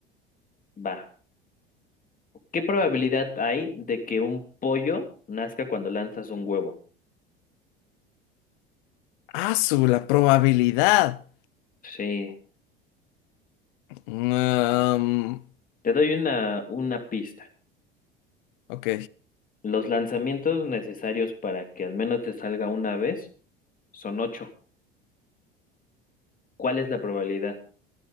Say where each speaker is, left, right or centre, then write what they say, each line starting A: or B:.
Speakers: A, on the left; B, on the left.
A: Va. ¿Qué probabilidad hay de que un pollo nazca cuando lanzas un huevo?
B: Ah, su, la probabilidad.
A: Sí,
B: Mm,
A: te doy una, una pista.
B: ok.
A: Los lanzamientos necesarios para que al menos te salga una vez son ocho. ¿Cuál es la probabilidad?